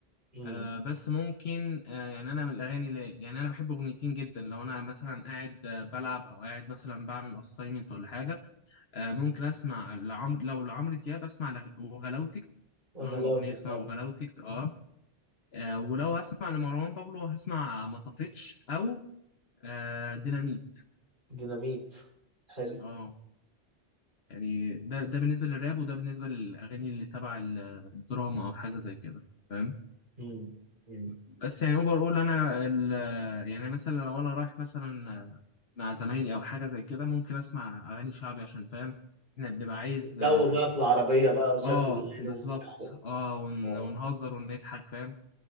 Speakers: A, on the right; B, on the left.
A: امم
B: آه بس ممكن آه يعني انا من الاغاني اللي يعني انا بحب اغنيتين جدا لو انا مثلا قاعد آه بلعب او قاعد مثلا بعمل اساينمنت ولا حاجه آه ممكن اسمع لعمرو لو لعمرو دياب اسمع لغ- وغلاوتك
A: وغلاوتك
B: تمام اغنيه اسمها
A: اه
B: وغلاوتك اه, آه ولو اسمع لمروان بابلو هسمع ما طفتش او آه ديناميت
A: ديناميت حلو
B: اه يعني ده ده بالنسبه للراب وده بالنسبه للاغاني اللي تبع ال- الدراما او حاجه زي كده فاهم
A: امم امم
B: بس يعني اوفر اول انا ال- يعني مثلا لو انا رايح مثلا مع زمايلي او حاجه زي كده ممكن اسمع اغاني شعبي عشان فاهم احنا بنبقى عايز
A: الجو بقى في العربيه
B: ندخل
A: بقى وشغل
B: اه
A: اغاني
B: بالظبط
A: ومستقبل
B: اه ون...
A: اه
B: ونهزر ونضحك فاهم